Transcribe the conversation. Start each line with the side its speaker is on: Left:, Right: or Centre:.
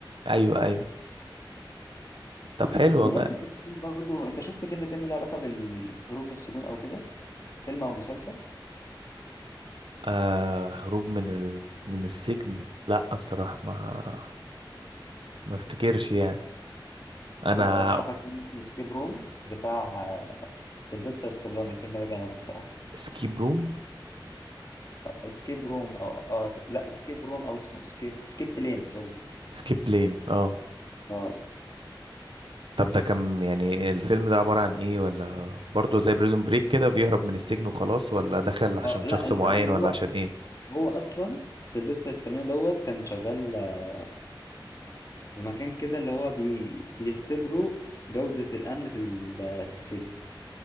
Right: ايوه ايوه طب حلو
Left: وبمناسبة
Right: والله
Left: السجون برضه أنت شفت فيلم تاني له علاقة بالهروب من السجون أو كده فيلم أو مسلسل
Right: آه هروب من ال... من السجن لا بصراحة ما ما افتكرش يعني انا
Left: خلاص ارشح لك فيلم اسمه اسكيب روم بتاع آه، سيلفستر ستالوني الفيلم ده جامد بصراحه
Right: سكيب روم
Left: اسكيب روم او اه لا اسكيب روم او اسمه اسكيب اسكيب بلين سوري
Right: سكيب بلين اه
Left: اه
Right: طب ده كان يعني الفيلم ده عبارة عن ايه ولا برضه زي بريزون بريك كده بيهرب من السجن وخلاص ولا دخل عشان
Left: اه لا
Right: شخص
Left: الفرق
Right: معين
Left: ان
Right: ولا
Left: هو
Right: عشان ايه
Left: هو اصلا سيلفستر ستالوني دوت كان شغال آه، في مكان كده اللي هو بي بيختبروا جوده الامن في ال- آه، في السجن